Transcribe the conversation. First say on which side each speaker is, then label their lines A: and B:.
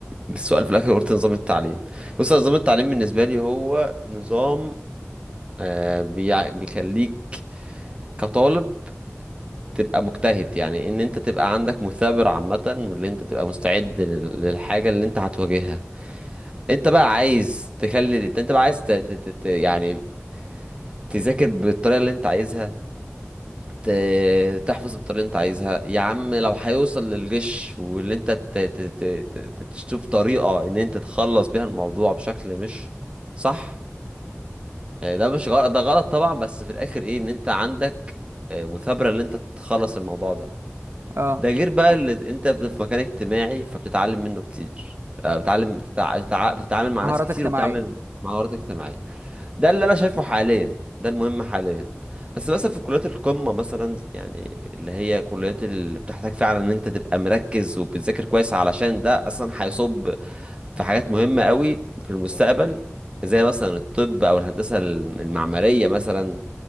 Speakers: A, on the right; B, on the right.
A: السؤال في الاخر قلت نظام التعليم بص أنا نظام التعليم بالنسبه لي هو نظام آه بيع- بيخليك كطالب تبقى مجتهد يعني ان انت تبقى عندك مثابر عامه واللي انت تبقى مستعد لل- للحاجه اللي انت هتواجهها انت بقى عايز تخلي انت بقى عايز ت... ت... ت... ت- يعني تذاكر بالطريقه اللي انت عايزها ت- تحفظ بالطريقة اللي انت عايزها يا عم لو هيوصل للغش واللي انت ت- ت- ت- ت- تشوف طريقة ان انت تخلص بيها الموضوع بشكل مش صح آه، ده مش غلط ده غلط طبعا بس في الاخر ايه ان انت عندك آه، مثابرة ان انت تخلص الموضوع ده
B: اه
A: ده غير بقى اللي انت في مكان اجتماعي فبتتعلم منه كتير آه، بتتعلم بتتع... بتتع... بتتعامل مع
B: مهارات
A: ناس كتير
B: اجتماعية
A: وبتعمل مع مهارات اجتماعية ده اللي انا شايفه حاليا ده المهم حاليا بس مثلا في كليات القمة مثلا يعني اللي هي كليات اللي بتحتاج فعلا ان انت تبقى مركز وبتذاكر كويس علشان ده اصلا هيصب في حاجات مهمة قوي في المستقبل زي مثلا الطب او الهندسة المعمارية مثلا